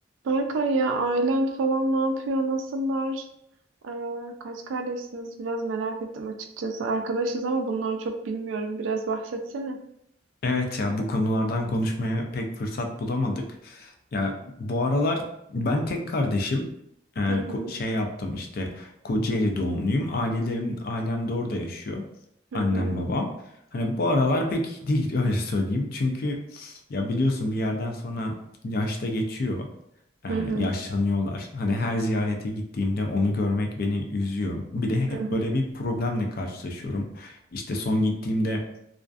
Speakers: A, on the right; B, on the left.
A: Berkay ya ailen falan ne yapıyor? Nasıllar? Ee, kaç kardeşsiniz? Biraz merak ettim açıkçası. Arkadaşız ama bunları çok bilmiyorum. Biraz bahsetsene.
B: Evet ya bu konulardan konuşmaya pek fırsat bulamadık. Ya bu aralar ben tek kardeşim. Ee, ko-
A: Hı hı,
B: şey yaptım işte Kocaeli doğumluyum. Ailelerim ailem de orada yaşıyor.
A: hı
B: Annem
A: hı,
B: babam. Hani bu aralar pek iyi değil <laughs> öyle söyleyeyim. Çünkü ya biliyorsun bir yerden sonra yaşta geçiyor. Ee,
A: hı hı,
B: yaşlanıyorlar. Hani her ziyarete gittiğimde onu görmek beni üzüyor. Bir de hep
A: hı hı.
B: böyle bir problemle karşılaşıyorum. İşte son gittiğimde